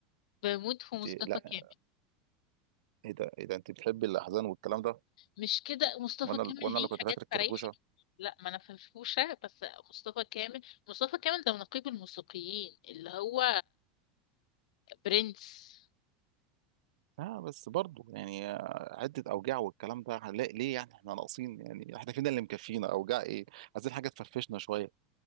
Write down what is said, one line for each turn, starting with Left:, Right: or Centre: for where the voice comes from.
Left: بموت في
Right: أنت
Left: مصطفى
Right: لا
Left: كامل
Right: إيه ده إيه ده أنت بتحبي الأحزان والكلام ده
Left: مش كده مصطفى
Right: وأنا
Left: كامل
Right: وأنا
Left: ليه
Right: اللي كنت
Left: حاجات
Right: فاكرك
Left: فريحك
Right: فرفوشة
Left: لا ما انا فرفوشه بس مصطفى كامل مصطفى كامل ده نقيب الموسيقيين اللي هو برنس
Right: اه بس برضه يعني آه، عدة أوجاع والكلام ده هنلاقي ليه يعني احنا ناقصين يعني احنا فينا اللي مكفينا أوجاع ايه عايزين حاجة تفرفشنا شوية